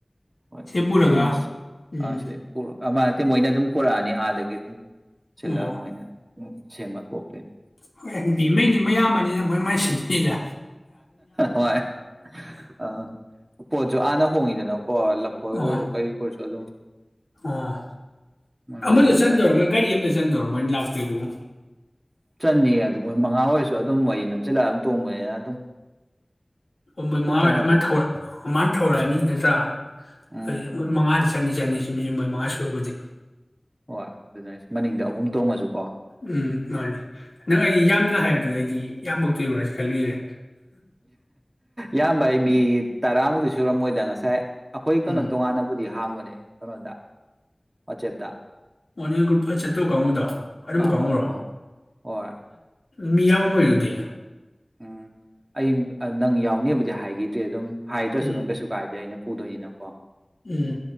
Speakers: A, on the right; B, on the left.
A: ꯍꯣꯏ
B: ꯁꯤ ꯄꯨꯔꯒ
A: ꯌꯦꯡꯉꯁꯤ
B: ꯎꯝ
A: ꯁꯤꯗ ꯄꯨꯔꯒ ꯃꯣꯏꯅ ꯑꯗꯨꯝ ꯄꯨꯔꯛꯑꯅꯤ ꯑꯥꯗꯒꯤ ꯑꯗꯨꯝ ꯁꯤꯜꯂꯒ
B: ꯑꯣ
A: ꯃꯣꯏꯅ ꯁꯦꯝꯃ ꯄꯣꯔꯛꯇꯣꯏꯅꯦ
B: ꯍꯣꯏꯗ ꯃꯩꯅꯤ ꯃꯌꯥꯝꯕꯅꯤꯅ ꯃꯣꯏ ꯃꯥꯏ ꯁꯤꯟ ꯏꯗ
A: ꯍꯣꯏ ꯑ ꯄꯣꯠꯁꯨ ꯑꯥꯅ ꯍꯣꯡꯉꯤꯗꯅ ꯀꯣ ꯂꯐꯣꯏ
B: ꯑꯣ
A: ꯑꯣꯏꯔꯁꯨ ꯀꯩ ꯑꯣꯏꯔꯁꯨ ꯑꯗꯨꯝ
B: ꯑꯣ
A: ꯃꯣꯏ
B: ꯑꯃꯗ
A: ꯃꯥꯏꯅ ꯇꯧꯖꯔꯅꯤ
B: ꯆꯟꯗꯔꯣ ꯃꯣꯏ ꯒꯥꯔꯤ ꯑꯃꯗ ꯆꯟꯗꯔꯣ ꯃꯣꯏꯅ ꯂꯥꯛꯇꯣꯏꯗꯨꯕꯨ
A: ꯆꯟꯅꯤ ꯑꯗꯨ ꯃꯣꯏ ꯃꯉꯥ ꯑꯣꯏꯔꯁꯨ ꯑꯗꯨꯝ ꯃꯣꯏ ꯅꯝꯆꯤꯜꯂ ꯑꯗꯨꯝ ꯇꯣꯡꯕꯅꯤꯅ ꯑꯗꯨꯝ
B: ꯄꯝꯕꯣꯏ ꯃꯉꯥ
A: ꯆꯟꯅꯕ
B: ꯍ ꯑꯃꯅ
A: ꯑꯗꯨꯝ
B: ꯑꯃꯅ ꯊꯧꯔꯛꯑꯅꯤ ꯅꯠꯇ꯭ꯔꯥ
A: ꯎꯝ
B: ꯑꯗꯨꯗꯤ ꯃꯣꯏ ꯃꯉꯥꯗꯤ ꯆꯟꯗꯤ ꯆꯟꯅꯤ ꯁꯨꯝ ꯁꯤ ꯃꯣꯏ ꯃꯉꯥ ꯁꯨꯔꯔꯕꯗꯤ
A: ꯍꯣꯏ ꯑꯗꯨꯅ ꯃꯅꯤꯡꯗ ꯑꯍꯨꯝ ꯇꯣꯡꯉꯁꯨꯀꯣ
B: ꯎꯝ ꯃꯥꯅꯤ ꯅꯪ ꯑꯩ ꯌꯥꯝꯅ ꯍꯥꯏꯕꯗꯨꯗ ꯑꯩꯗꯤ ꯌꯥꯝꯃꯛꯇꯣꯏꯕ꯭ꯔꯥꯁꯨ ꯈꯜꯂꯨꯏꯔꯦ
A: ꯌꯥꯝꯕ ꯍꯥꯏ ꯃꯤ ꯇꯔꯥꯃꯨꯛꯇꯤ ꯁꯨꯔꯝꯃꯣꯏꯗ ꯉꯁꯥꯏ ꯑꯩꯈꯣꯏ ꯀꯩꯅꯣ
B: ꯎꯝ
A: ꯇꯣꯉꯥꯟꯅꯕꯨꯗꯤ ꯍꯥꯡꯕꯅꯦ ꯀꯩꯅꯣꯗ ꯋꯥꯆꯦꯞꯇ
B: ꯃꯣꯏꯅ ꯒ꯭ꯔꯨꯞ ꯐ ꯆꯠꯇꯧ ꯀꯥꯡꯉꯨꯗ ꯑꯗꯨꯝꯕ
A: ꯑꯥ
B: ꯀꯥꯡꯉꯨꯔꯣ
A: ꯑꯥ ꯑꯥ ꯍꯣꯏ
B: ꯃꯤ ꯌꯥꯝꯃꯝꯃꯣꯏ ꯑꯗꯨꯗꯤ
A: ꯎꯝ ꯑꯩ ꯅꯪ ꯌꯥꯎꯅꯦꯕꯨꯗꯤ ꯍꯥꯏꯈꯤꯗ꯭ꯔꯤ ꯑꯗꯨꯝ ꯍꯥꯏꯗ꯭ꯔꯁꯨ
B: ꯎꯝ
A: ꯑꯗꯨꯝ ꯀꯩꯁꯨ ꯀꯥꯏꯗꯦ ꯑꯩꯅ ꯄꯨꯗꯣꯏꯅꯤꯅꯀꯣ
B: ꯎꯝ